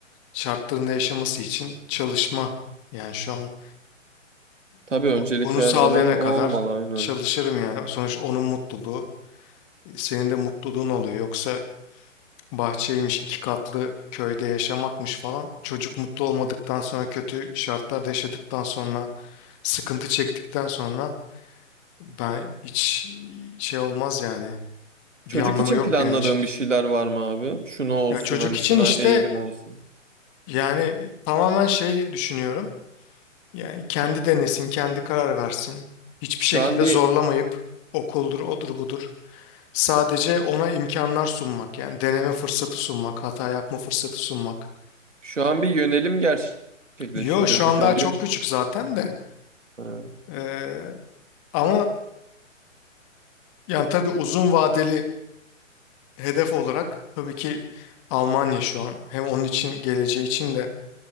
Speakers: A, on the left; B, on the right.
A: şartlarında yaşaması için çalışma. Yani şu an
B: Tabii
A: Bu,
B: öncelik
A: bunu
B: her
A: sağlayana
B: zaman o olmalı
A: kadar
B: aynen.
A: çalışırım yani. Sonuç onun mutluluğu, senin de mutluluğun oluyor. Yoksa bahçeymiş, iki katlı köyde yaşamakmış falan. Çocuk mutlu olmadıktan sonra, kötü şartlarda yaşadıktan sonra, sıkıntı çektikten sonra ben hiç şey olmaz yani. Bir
B: Çocuk
A: anlamı
B: için
A: yok
B: planladığın
A: benim için.
B: bir şeyler var mı abi? Şunu olsun
A: Ya çocuk
B: hani
A: için
B: şuna
A: işte
B: eğilim olsun.
A: yani tamamen şey düşünüyorum. Yani kendi denesin, kendi karar versin. Hiçbir
B: Şu
A: şekilde
B: an bir
A: zorlamayıp okuldur, odur budur. Sadece ona imkanlar sunmak yani deneme fırsatı sunmak, hata yapma fırsatı sunmak.
B: şu an bir yönelim gerçekleştiriyorum
A: Yo şu
B: peki
A: an daha
B: abi
A: çok
B: diyor musun?
A: küçük zaten de
B: Ha,
A: Ee, ama yani tabii uzun vadeli hedef olarak tabii ki Almanya şu an hem onun için geleceği için de